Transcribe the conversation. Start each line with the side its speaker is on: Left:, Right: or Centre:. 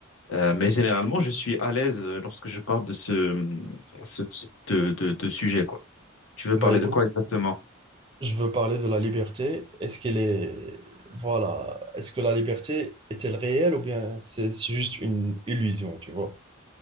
Left: Euh, mais généralement, je suis à l'aise euh, lorsque je parle de ce, mmh, ce type de, de, de sujet, quoi. Tu veux
Right: Bah
Left: parler
Right: écoute,
Left: de quoi exactement?
Right: je veux parler de la liberté. Est-ce qu'elle est, voilà, est-ce que la liberté est-elle réelle ou bien c'est c'est juste une illusion, tu vois?